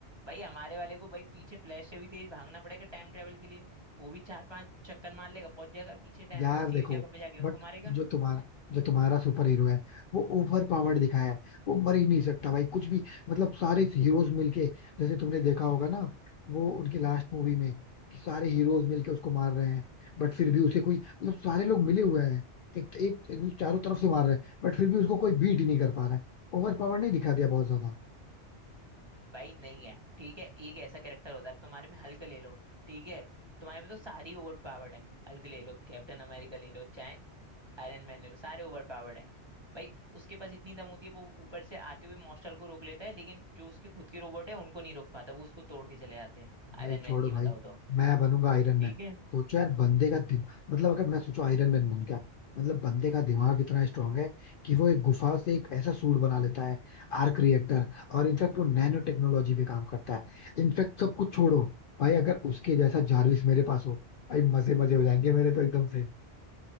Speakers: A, on the right (about 25°); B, on the left (about 60°).
A: भाई हमारे वाले को भाई पीछे फ्लैश से भी तेज भागना पड़ेगा टाइम ट्रेवल के लिए वो भी चार पांच चक्कर मार लेगा पहुंच जाएगा पीछे टाइम
B: यार
A: में उसी
B: देखो
A: जगह पे जाके
B: बट
A: उसको मारेगा
B: जो तुम्हारा जो तुम्हारा सुपर हीरो है वो ओवर पावर्ड दिखाया है वो मर ही नहीं सकता भाई कुछ भी मतलब सारे हीरोज मिलके जैसे तुमने देखा होगा ना वो उनकी लास्ट मूवी में कि सारे हीरोज मिलके उसको मार रहे हैं बट फिर भी उसे कोई मतलब सारे लोग मिले हुए हैं एक एक, एक चारों तरफ से मार रहे हैं बट फिर भी उसको कोई बीट ही नहीं कर पा रहा है ओवर पावर नहीं दिखा दिया बहुत ज्यादा
A: भाई नहीं है ठीक है एक ऐसा कैरेक्टर होता है अब तुम्हारे में हल्क ले लो ठीक है तुम्हारे में तो सारी ओवर पावर्ड है हल्क ले लो कैप्टन अमेरिका ले लो चाहे आयरन मैन ले लो सारे ओवर पावर्ड हैं भाई उसके पास इतनी दम होती है वो ऊपर से आते हुए मॉन्स्टर को रोक लेता है लेकिन जो उसके खुद के रोबोट है उनको नहीं रोक पाता वो उसको तोड़ के चले जाते हैं आयरन
B: भाई
A: मैन
B: छोड़ो
A: ये
B: भाई
A: बताओ तो
B: मैं बनूंगा आयरन मैन
A: ठीक है
B: सोचो यार बंदे का दिम... मतलब अगर मैं सोचो आयरन मैन बन गया मतलब बंदे का दिमाग इतना स्ट्रांग है कि वो एक गुफा से एक ऐसा सूट बना लेता है आर्क रिएक्टर और इनफेक्ट वो नैनो टेक्नोलॉजी पे काम करता है इनफेक्ट सब कुछ छोड़ो भाई अगर उसके जैसा जारविस मेरे पास हो भाई मजे मजे हो जाएंगे मेरे तो एकदम से